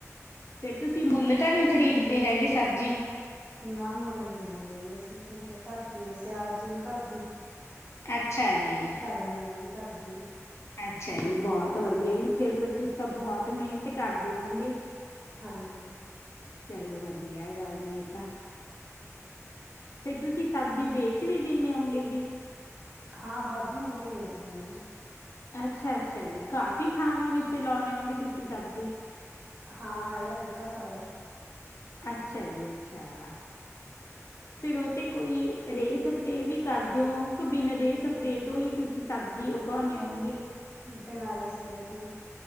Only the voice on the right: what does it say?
ਨਾ ਮੁੰਡਲਲੀ ਲੈਂਦੇਹੀ ਅਸੀ, ਅਸੀਂ ਤਾਂ ਘਰਦੀ ਸਿਆਲ ਚ ਵੀ ਘਰਦੀ।
ਗਰਮੀ ਆਈ ਵੀ ਘਰਦੀ।
ਹਾਂਜੀ।
ਹਾਂ, ਵਾਧੂ ਹੁੰਦੀ ਵੇਚ ਦਿੰਦੇ ਜੀ।
ਹਾਂ ਹੈਗਾ ਪਿੱਕਾ ਸਾਰਾ ਹੀ।
ਬਣਾ ਰਹੇ ਸਪਰੇ ਤੋਂ ਹੀ।